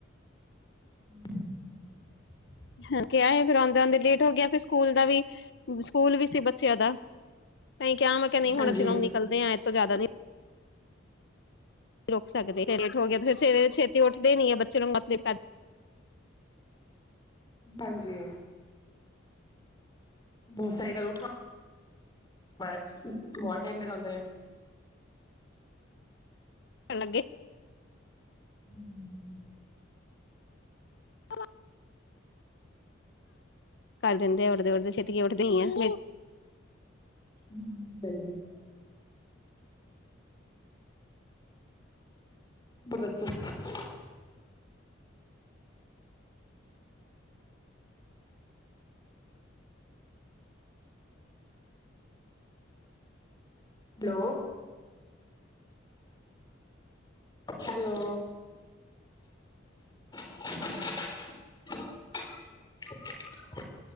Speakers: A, on the left (about 20°); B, on the left (about 60°).
A: ਹਮ <unintelligible>
B: ਹਾਂ ਕਿਯਾ ਏ। ਫਿਰ ਆਂਦੇ-ਆਂਦੇ ਲੇਟ ਹੋ ਗਿਆ ਫੇਰ ਸਕੂਲ ਦਾ ਵੀ, ਸਕੂਲ ਵੀ ਸੀ ਬੱਚਿਆਂ ਦਾ। ਤਾਂਈ ਕਯਾ, ਮੈਂ ਕਯਾ ਨੀ ਹੁਣ
A: ਹਾਂਜੀ
B: ਅਸੀਂ ਲੋਂਗ ਨਿਕਲਦੇ ਆਂ ਇਤੋਂ ਜ਼ਆਦਾ ਨੀਂ ਰੁਕ ਸਕਦੇ ਫੇਰ ਲੇਟ ਹੋ ਗਏ ਤੇ ਫਿਰ ਸਵੇਰੇ ਛੇਤੀ ਉੱਠਦੇ ਨੀਂ ਐ ਬੱਚੇ ਨੂੰ ਆਪ ਲੇਟ ਕਰ
A: ਹਾਂਜੀ, ਬੋ ਸਈ ਗੱਲ ਉਠਾ <unintelligible> ਬੋਤ ਟਾਈਮ ਲਗਾਂਦਾ ਐ।
B: ਆ ਲੱਗੇ
A: <inaudible>
B: <unintelligible> ਕਰ ਦਿੰਦੇ ਉੱਡਦੇ- ਉੱਡਦੇ, ਛੇਤੀ ਐ ਉੱਠਦੇ ਈ ਐਂ।
A: <unintelligible> <unintelligible> Hello, hello. <unintelligible>